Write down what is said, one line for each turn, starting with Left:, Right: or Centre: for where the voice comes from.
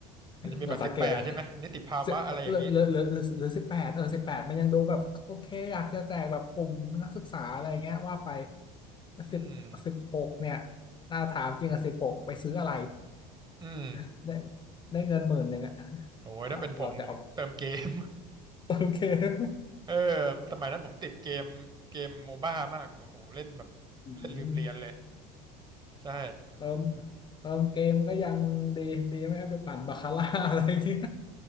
Right: มันจะมีบัตรสิบแปดใช่ไหม
Left: <laughs> เราสังเกต <laughs>
Right: นิติภาวะอะไรอย่างนี้
Left: สิหรือหรือหรือหรือสิบแปดเออสิบแปดมันยังดูแบบโอเคอยากจะแจกแบบกลุ่มนักศึกษาอะไรเงี้ยว่าไป
Right: อืม
Left: สิบสิบหกเนี่ยถ้าถามจริงอะสิบหกไปซื้ออะไร
Right: อืม
Left: <laughs> ได้ได้เงินหมื่นหนึ่งอะ <laughs>
Right: โอ้ย
Left: เราเราจะเอา
Right: ถ้าเป็นผมผมเติมเกม
Left: <laughs> เติมเกม
Right: <laughs> เออสมัยนั้นผมติดเกมเกมโมบ้ามากโอ้โหเล่นแบบ
Left: อืม
Right: เล่นลืมเรียนเลยใช่
Left: เติมเติมเกมก็ยังดีดีไม่ให้ไปปั่นบาคาร่า <laughs> อะไรอย่างเงี้ย